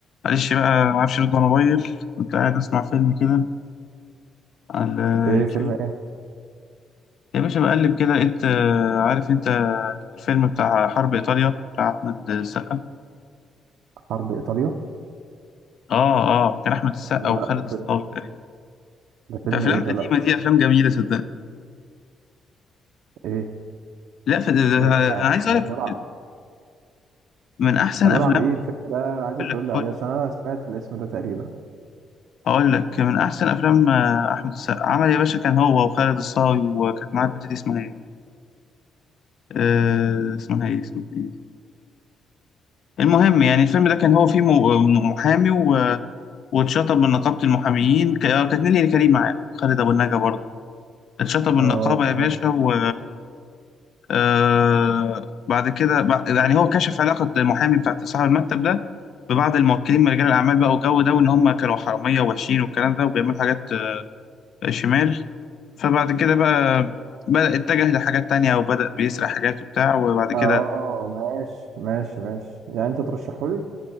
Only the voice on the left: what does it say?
معلش بقى ما اعرفش ارد على موبايل كنت قاعد اسمع فيلم كده على
اليوتيوب
يا باشا بقلب كده لقيت آه، عارف انت الفيلم بتاع حرب ايطاليا بتاع احمد السقا
اه اه كان احمد السقا
وخالد
الصاوي
تقريبا
ده افلام
قديمه
دي افلام جميله صدقني
لا فده ده-
انا عايز اقول
لك
من احسن
افلام
اقول
لك اقول
لك
اقول لك من احسن افلام آه، احمد السقا عمل يا باشا كان هو وخالد الصاوي وكانت معاه البت دي اسمها ايه آه، اسمها ايه اسمها ايه المهم يعني الفيلم ده كان هو فيه م- محامي و... واتشطب من نقابة المحاميين ك- آه، كانت نيلي كريم معاه خالد أبو النجا برضه اتشطب من النقابة
يا باشا و آه، بعد كده بع- يعني هو كشف علاقة المحامي بتاع صاحب المكتب ده ببعض الموكلين من رجال الأعمال بقى والجو ده وإن هم كانوا حرامية ووحشين والكلام ده وبيعملوا حاجات آه، شمال فبعد كده بقى بدأ اتجه لحاجات تانية وبدأ بيسرق حاجات وبتاع وبعد كده